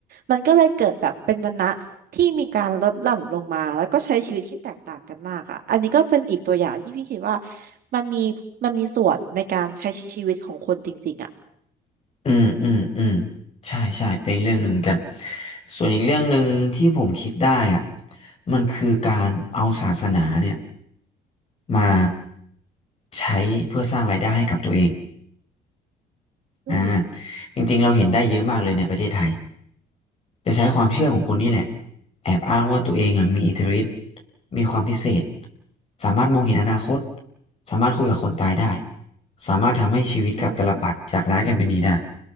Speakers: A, on the right; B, on the left.
A: มันก็เลยเกิดแบบเป็นวรรณะ ที่มีการลดหลั่นลงมาแล้วก็ใช้ชีวิตที่แตกต่างกันมากอ่ะอันนี้ก็เป็นอีกตัวอย่างที่พี่คิดว่ามันมีมันมีส่วนในการใช้ชีวิตของคนจริงๆอ่ะ
B: อืมอืมอืมใช่ใช่เป็นอีกเรื่องหนึ่งเหมือนกันส่วนอีกเรื่องหนึ่งที่ผมคิดได้อ่ะมันคือการเอาศาสนาเนี่ยมาใช้เพื่อสร้างรายได้ให้กับตัวเอง
A: อืม
B: อ่าจริงๆเราเห็นได้เยอะมากเลยในประเทศไทยจะใช้ความเชื่อของคนนี่แหละแอบอ้างว่าตัวเองอ่ะมีอิทธิฤทธิ์มีความพิเศษสามารถมองเห็นอนาคตสามารถคุยกับคนตายได้สามารถทำให้ชีวิตกลับตาลปัตรจากร้ายกลายเป็นดีได้
A: อืม